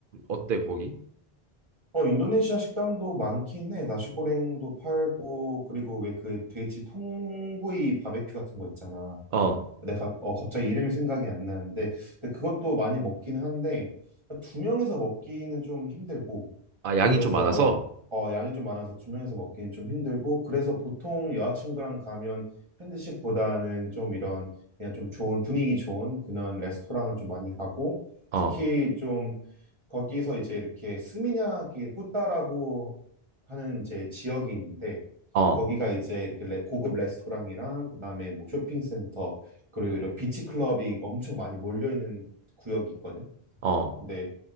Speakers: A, on the right (about 60°); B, on the right (about 30°).
A: 어때 거기?
B: 어 인도네시아 식당도 많긴 해 나시고랭도 팔고 그리고 왜 그 돼지 통구이 바베큐 같은 거 있잖아
A: 어,
B: 내가 어, 갑자기 이름이 생각이 안 나는데 근데 그것도 많이 먹긴 한데 두 명에서 먹기는 좀 힘들고
A: 아 양이
B: 그래서
A: 좀 많아서?
B: 어, 양이 좀 많아서 두 명이서 먹기는 좀 힘들고 그래서 보통 여자친구랑 가면 현지식보다는 좀 이런 그냥 좀 좋은 분위기 좋은 그런 레스토랑을 좀 많이 가고
A: 어,
B: 특히 좀 거기서 이제 이렇게 스미냑이 꾸따라고 하는 이제 지역이 있는데
A: 어,
B: 거기가 이제 이렇게 레- 고급 레스토랑이랑 그다음에 뭐 쇼핑센터 그리고 이런 비치 클럽이 엄청 많이 몰려 있는 구역이 있거든.
A: 어,
B: 근데